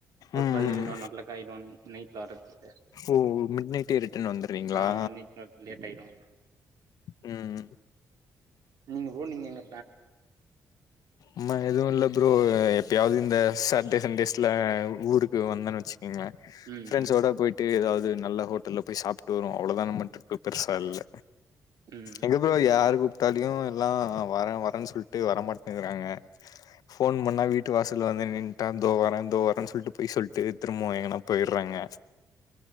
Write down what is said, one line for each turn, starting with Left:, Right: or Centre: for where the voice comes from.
Right: ஒரு
Left: ம்
Right: டுவெல்
Left: ம்
Right: ஒன் ஓ கிளாக் ஆயிடும் நைட்ல அரச்சட்டு
Left: ஓ மிட் நைட்டே ரிட்டன் வந்துருவீங்களா
Right: ஆ ம் நைட் லேட் ஆயிடும்
Left: ம்
Right: நீங்க போனிங்கல்ல
Left: ஆமா எதுவும் இல்ல ப்ரோ எப்பயாவது இந்த சாட்டர்டே சண்டேஸ்ல ஊருக்கு வந்தேன்னு வச்சுக்கீங்களன்
Right: ம்
Left: ஃப்ரண்ஸோட
Right: ம்
Left: போயிட் ஏதாவது நல்ல ஹோட்டல்ல போய் சாப்ட்டு வரும் அவ்ளோதான் நம்ம பெருசா இல்ல
Right: ம்
Left: எங்க அப்றோ யாரு கூப்பிட்டாலும் எல்லாம் வர வரேன்னு சொல்லிட்டு வர மாட்டுக்கறாங்க போன் பண்ணா வீட்டு வாசல்ல வந்து நின்னுட்டு இதோ வரே இதோ வரேனு சொல்லிட்டு போய் சொல்லிட்டு திரும்போவும் எங்கன்னா போயிடுறாங்க
Right: <unintelligible>